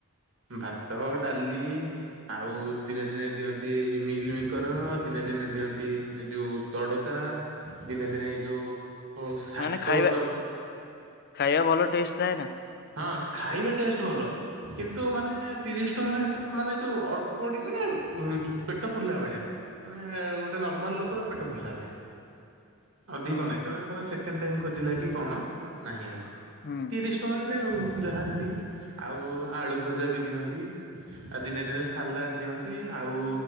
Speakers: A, on the right; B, on the left.
A: ଭାତ, ଡାଲି। ଆଉ ଦିନେ ଦିନେ ଦିଅନ୍ତି ମିଲମିକର ଦିନେ ଦିନେ ଦିଅନ୍ତି ଯୋଉ ତଡକା। ଦିନେ ଦିନେ ଏଇ ଯୋଉ ଓ ଶାଗ
B: ମାନେ ଖାଇବା
A: ତରକା
B: ଖାଇବା ଭଲ ଟେଷ୍ଟ ଥାଏ ନା?
A: ହଁ ଖାଇବା ଟେଷ୍ଟ ଭଲ। କିନ୍ତୁ ମାନେ ତିରିଶ ଟଙ୍କା ହିସାବରେ ମାନେ ଯୋଉ ଅଳ୍ପ ମାନେ ପେଟ ଫୁରିଲା ଭଳିଆ। ମାନେ ଗୋଟିଏ ନର୍ମାଲ ଲୋକର ପେଟ ପୁରିଲା ଭଳିଆ। ଅଧିକ
B: ହୁଁ
A: ନାଇଁ ଜଣେ ଧର ସେକେଣ୍ଡ ଟାଇମ ଖୋଜିଲା କି କଣ ନାହିଁ ଆଉ।
B: ହୁଁ
A: ତିରିଶ ଟଙ୍କାରେ ଆଉ ଯାହା ଯେତିକି ଆଉ ଆଳୁ ଭଜା ବି ଦିଅନ୍ତି। ଆଉ ଦିନେ ଦିନେ ସାଲାଡ ଦିଅନ୍ତି ଆଉ